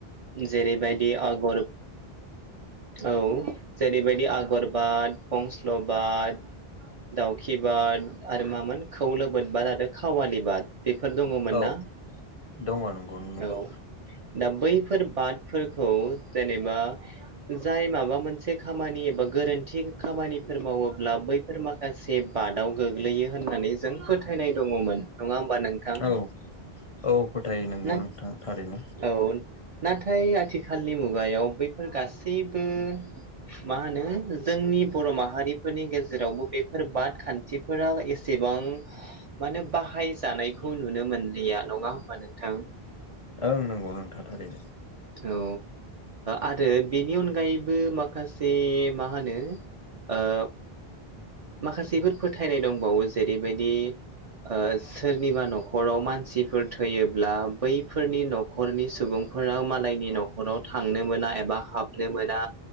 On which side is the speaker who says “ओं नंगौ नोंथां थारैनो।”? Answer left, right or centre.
Left